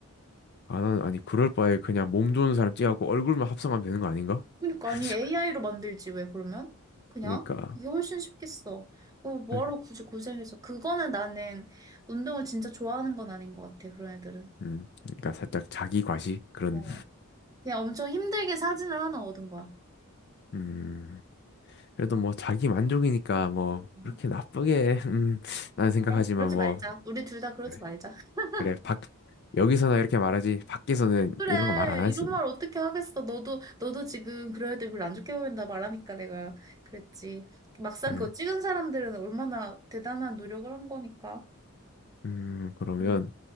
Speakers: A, on the left; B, on the right.
A: 아 나는 아니 그럴 바에 그냥 몸 좋은 사람 찍어갖고 얼굴만 합성하면 되는 거 아닌가?
B: 그러니까
A: <laughs>
B: 아니 AI로 만들지 왜 그러면? 그냥?
A: 그러니까
B: 그게 훨씬 쉽겠어. 뭐 뭐하러
A: 살-
B: 굳이 고생해서. 그거는 나는 운동을 진짜 좋아하는 건 아닌 것 같아. 그런 애들은.
A: 음 그러니까 살짝 자기 과시 그런
B: 어. 그냥 엄청 힘들게 사진을 하나 얻은 거야.
A: 음 그래도 뭐 자기 만족이니까 뭐
B: 음.
A: 그렇게 나쁘게 <laughs> 음 나는 생각하지만
B: 네. 그러지
A: 뭐
B: 말자. 우리 둘 다 그러지
A: 네.
B: 말자. <laughs>
A: 그래, 밖, 여기서나 이렇게 말하지, 밖에서는
B: 그래.
A: 이런 거 말 안 하지.
B: 이런 말 어떻게 하겠어. 너도 너도 지금 그런 애들 별로 안 좋게 보인다 말하니까 내가 그랬지. 막상
A: 그래.
B: 그거 찍은 사람들은 얼마나 대단한 노력을 한 거니까.
A: 음, 그러면,
B: 음.